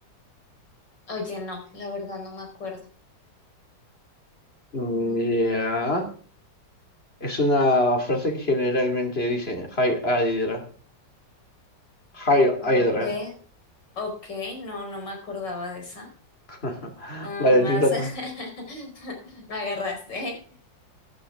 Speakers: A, on the left; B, on the left.
A: Oye, no, la verdad no me acuerdo.
B: Mm,
A: Mm,
B: Ya, es una frase que generalmente dicen, Hi Hydra, Hi
A: ok,
B: Hydra.
A: ok, no, no me acordaba de esa.
B: <laughs>
A: Ah,
B: Vale,
A: más
B: te toca.
A: <laughs> me agarraste.